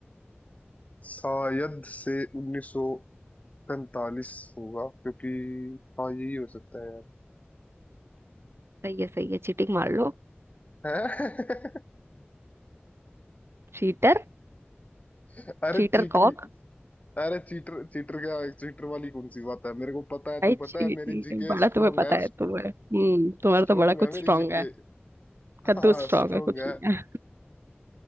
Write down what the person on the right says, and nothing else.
सही है सही है चीटिंग मार लो
चीटर
चीटर
कॉक
भाई
चीटिंग
बड़ा
तुम्हें पता
है तुम्हें हम्म तुम्हारा
तो बड़ा
कुछ
स्ट्रांग
है कद्दू
स्ट्रांग
है कुछ
नहीं है